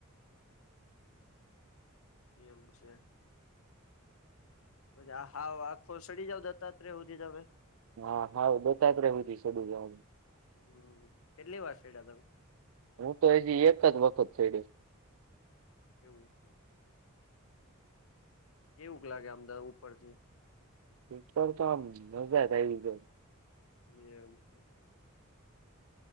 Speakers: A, on the left; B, on the right.
A: એમ છે. પસી, આ હાવ આખો સઢી જાવ દત્તાત્રેય હુધી તમે?
B: હા હા દત્તાત્રેય સુધી ચડ્યું જવાનું
A: હમ, કેટલી વાર સડ્યા તમે?
B: હું તો હજી એક જ વખત સડ્યો.
A: એવું છે. કેવુંક લાગે આમ દ ઉપરથી?
B: ઉપર તો આમ મજા જ આવી જાય.
A: એમ છે.